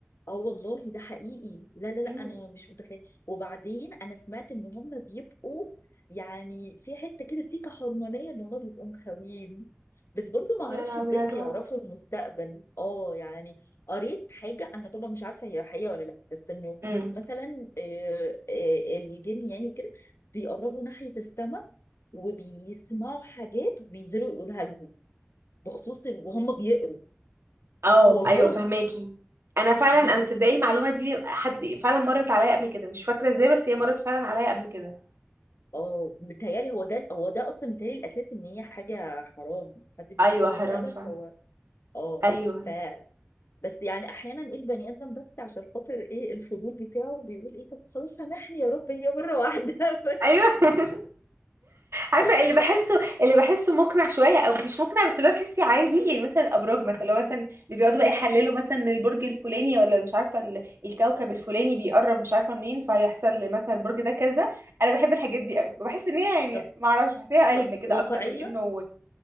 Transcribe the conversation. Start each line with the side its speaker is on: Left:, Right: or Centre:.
Left: اه والله ده حقيقي لا لا لا
Right: امم
Left: انا مش متخيل وبعدين انا سمعت ان هم بيبقوا يعني في حته كده سيكه حرمانيه ان هم بيبقوا مخاوين بس برضو ما
Right: يا
Left: اعرفش
Right: لهوي
Left: ازاي
Right: يا
Left: بيعرفوا
Right: رعب
Left: المستقبل اه يعني قريت حاجه انا طبعا مش عارفه هي حقيقه ولا لا بس انه
Right: امم
Left: مثلا آه، آه، الجن يعني وكده بيقربوا ناحيه السماء وبيسمعوا حاجات وبينزلوا يقولها لهم بخصوص وهم بيقروا
Right: اه
Left: والله
Right: ايوه فهماكي انا فعلا
Left: دي
Right: انا تصدقي المعلومه دي حد فعلا مرت عليا قبل كده مش فاكره ازاي بس هي مرت فعلا عليا قبل كده
Left: اه متهيألي هو ده هو ده اصلا متهيألي الاساس ان هي حاجه حرام حد بيشوف
Right: ايوه
Left: المستقبل
Right: حرام فعلا
Left: فهو اه
Right: ايوه
Left: ف بس يعني احيانا ايه البني ادم بس عشان خاطر ايه الفضول بتاعه بيقول ايه طب خلاص سامحني يا رب هي مره واحده <laughs> ف...
Right: ايوه <laughs> عارفه اللي
Left: ف...
Right: بحسه اللي بحسه مقنع شويه او مش مقنع بس اللي هو تحسي عادي يعني مثلا الابراج مثلا لو مثلا اللي بيقعدوا بقى يحللوا مثلا إن البرج الفلاني ولا مش عارفه ال- الكوكب الفلاني بيقرب مش عارفه منين فهيحصل مثلا البرج ده كذا انا بحب الحاجات دي قوي وبحس ان هي يعني
Left: طب
Right: ما اعرفش بحس إن هي علم
Left: طب
Right: كده
Left: واقعيه
Right: اكتر من انه